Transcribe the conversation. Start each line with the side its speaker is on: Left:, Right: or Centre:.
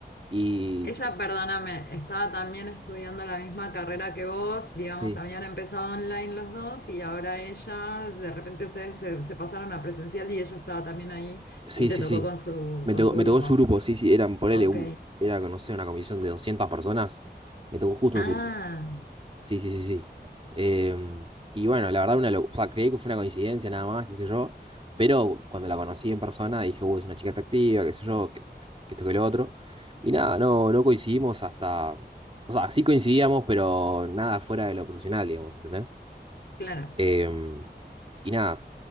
Right: Y
Left: Ella,
Right: no sé,
Left: perdóname, estaba también estudiando la misma carrera que vos, digamos,
Right: sí,
Left: habían empezado online los dos y ahora ella, de repente ustedes se, se pasaron a presencial y ella estaba también ahí
Right: sí,
Left: y te
Right: sí,
Left: tocó
Right: sí.
Left: con su,
Right: Me
Left: con
Right: tocó,
Left: su
Right: me
Left: grupo.
Right: tocó en su grupo, sí, sí, eran, ponele,
Left: Ok.
Right: un, era, no sé, una comisión de 200 personas. Me tocó justo
Left: Ah,
Right: en su grupo. Sí, sí, sí, sí. Em, y bueno, la verdad, una lo- o sea, creí que fue una coincidencia nada más, qué sé yo, pero cuando la conocí en persona dije, uy, es una chica atractiva, qué sé yo, que, que esto que lo otro. Y nada, no, no coincidimos hasta, o sea, sí coincidíamos, pero nada fuera de lo profesional, digamos, ¿entendés?
Left: claro.
Right: Em, y nada,